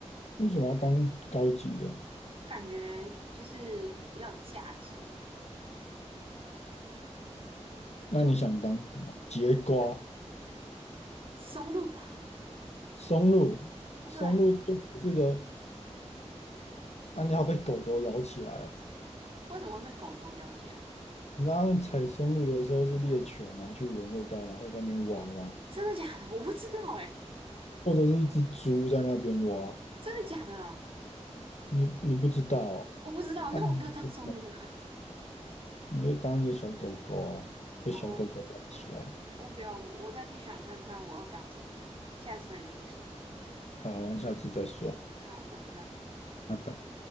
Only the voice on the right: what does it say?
就感觉就是比较有价值，
就真
的松露吧？
哦，
对啊，
为什么会被狗狗咬起来？
真的假的？我不知道、欸，诶，
真的假的啦？
我不知道，
那我不要当松露了。
<laughs>
哦，我不要，我我再去想看看我要当什么，下次再跟你说。
好，拜拜。